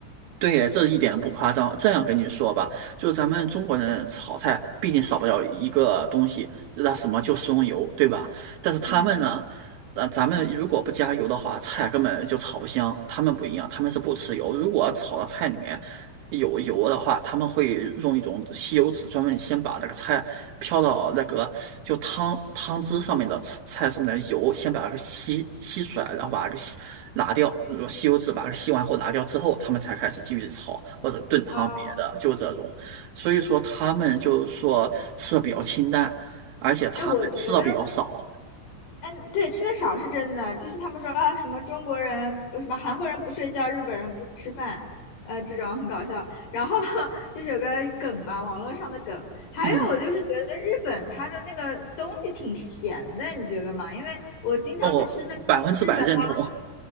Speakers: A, on the right; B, on the left.
A: 对耶这一点都不夸张。这样跟你说吧，就咱们中国人炒菜，毕竟少不了一个东西，那什么就食用油，对吧？但是他们呢，
B: 嗯，
A: 呃，咱们如果不加油的话，菜根本就炒不香。他们不一样，他们是不吃油。如果炒到菜里面有油的话，他们会用一种吸油纸，专门先把那个菜飘到那个就汤汤汁上面的菜菜上面的油，先把它给吸吸出来，然后把它给吸拿掉。如果吸油纸把它吸完后拿掉之后，他们才开始继续炒或者炖汤别的，
B: 哦，
A: 就这种。所以说他们就是说吃的比较清淡，而且他们吃的比较少。
B: 哎，我觉得，嗯，对，吃的少是真的，就是他们说啊，什么中国人，呃什么韩国人不睡觉，日本人不吃饭，呃，这种很搞笑。然后 <laughs> 就是有个梗嘛，网络上的梗。还有，
A: 嗯，
B: 我就是觉得日本它的那个东西挺咸的，你觉得吗？因为我经常去吃那个日本啊，
A: 哦，百分之百认同。